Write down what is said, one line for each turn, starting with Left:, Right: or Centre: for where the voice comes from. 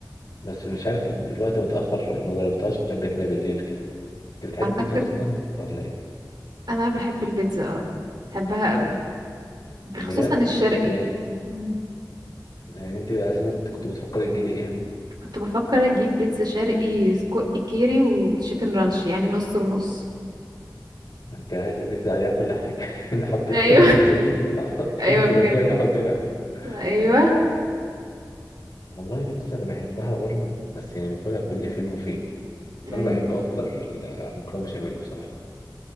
Left: بس مش عارف الوقت متأخر ما جربتهاش قبل كده بالليل كده انت بتحب
Right: اعتقد
Left: البيتزا اصلا ولا ايه
Right: انا بحب البيتزا اه بحبها قوي خصوصا
Left: بجد
Right: الشرقي
Left: يعني
Right: مم.
Left: يعني انت اساسا كنت بتفكر تجيبي ايه
Right: كنت بفكر اجيب بيتزا شرقي سجق كيري وتشيكن رانش يعني نص ونص
Left: انت عايز البيتزا عليها كل حاجه <laughs> نحط
Right: ايوه
Left: خد البيتزا دي
Right: <laughs>
Left: <laughs>
Right: ايوه
Left: شوف انت
Right: بجد
Left: بتبيع ايه حط لي عليها
Right: ايوه
Left: آه، والله بص انا بحبها برضو بس يعني باكلها كل فين وفين بس
Right: امم
Left: انا بحب اكتر المكرونه بشاميل بصراحه